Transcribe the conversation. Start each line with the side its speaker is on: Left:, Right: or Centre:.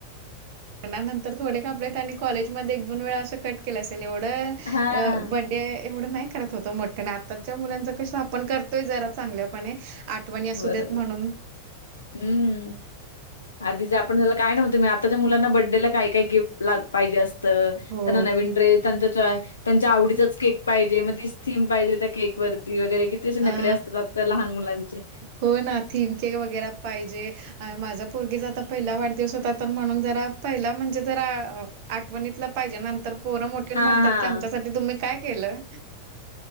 Right: लग्नानंतर थोडे कापले आणि कॉलेजमध्ये एक दोन वेळा असं कट केलं असेल एवढं
Left: हां.
Right: बडे एवढं नाही करत होत मोठयान आताच्या मुलांच कस आपण करत करतोय जरा चांगल्यापणे आठवणी
Left: बरोबर.
Right: असू देत म्हणून
Left: हं. आधीच आपणला काय नव्हतं मी आताच्या मुलांना बर्थडेला काय काही गिफ्ट ला पाहिजे असं
Right: हो.
Left: त्यांना नवीन ड्रेस त्यां त्यांच्या आवडीचाच केक पाहिजे मग तीच थीम पाहिजे त्या केक वरती वगैरे असे नखरे
Right: हा
Left: असतात आजच्या लहान मुलांचे.
Right: हो ना थीम केक वगैरे पाहिजे माझा पोर्गीचा आता पहिला वाढदिवस होता तर म्हणून जरा पहिला म्हणजे जरा आठवणीतला पाहिजे नंतर पोर मोठी
Left: हां,
Right: होऊन म्हणतात
Left: हां.
Right: की आमच्यासाठी तुम्ही काय केलं.